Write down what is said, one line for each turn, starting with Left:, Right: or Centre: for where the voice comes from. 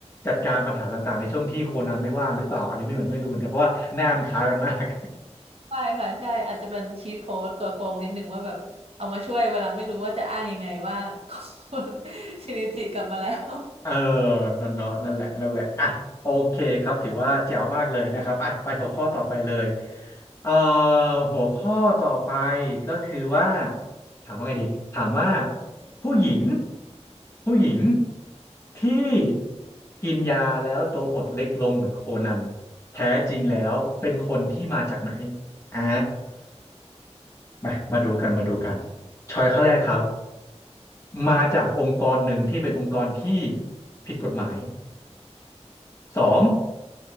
Left: จัดการปัญหาต่างๆในช่วงที่โคนันไม่ว่างหรือเปล่าอันนี้ไม่เหมือนไม่รู้เหมือนกันเพราะว่าหน้ามันคล้ายกันมาก
Right: ใช่ค่ะใช่อาจจะเป็นชีทโค้ดตัวโกงนิดนึงว่าแบบเอามาช่วยเวลาไม่รู้ว่าจะอ้างยังไงว่า <laughs> คชินิจิกลับมาแล้ว
Left: เออนั่นเนาะนั่นแหละนั่นแหละอ่ะโอเคครับถือว่าแจ๋วมากเลยนะครับอ่ะไปหัวข้อต่อไปเลยเอ่อหัวข้อต่อไปก็คือว่าถามว่าไงดีถามว่าผู้หญิงผู้หญิงที่กินยาแล้วตัวหดเล็กลงเหมือนโคนันแท้จริงแล้วเป็นคนที่มาจากไหนอ่ามามาดูกันมาดูกันช้อยข้อแรกครับมาจากองค์กรหนึ่งที่เป็นองค์กรที่ผิดกฎหมาย สอง